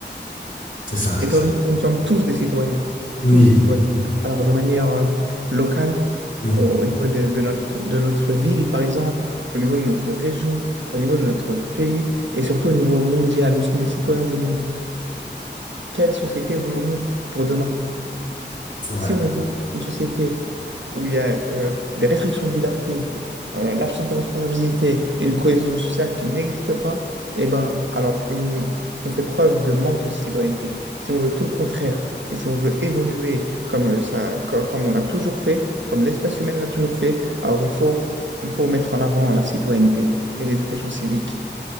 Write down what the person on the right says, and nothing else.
Étant
donné que nous sommes tous des citoyens,
tous des citoyens, alors de manière euh, locale,
au, au niveau de, de notre, de notre ville par exemple, au niveau de notre région, au niveau de notre pays et surtout au niveau mondial, nous sommes des citoyens du monde. Quelle société voulons-nous pour demain?
Si on veut une société où il y a euh, des restrictions de liberté, euh, l'absence de responsabilité et une cohésion sociale qui n'existe pas, eh ben, alors on, on fait preuve de manque de citoyenneté. Si on veut tout le contraire et si on veut évoluer comme euh, ça, co- comme, on l'a toujours fait, comme l'espèce humaine l'a toujours fait, alors il faut, il faut mettre en avant la citoyenneté et l'éducation civique.